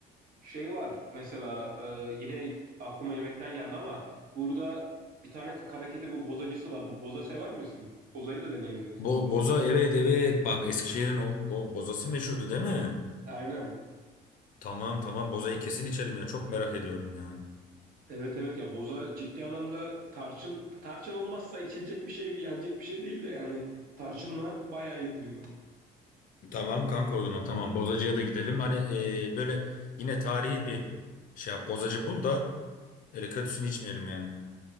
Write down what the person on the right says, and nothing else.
Şey var mesela e, yine aklıma yemekten geldi ama burada bir tane kakaraketi bu bozacısı var. Bu boza sever misin? Bozayı da deneyebiliriz
burada.
Aynen.
Evet evet ya boza ciddi anlamda tarçın tarçın olmazsa içilecek bir şey yenecek bir şey değil de yani tarçınla bayağı iyi oluyor.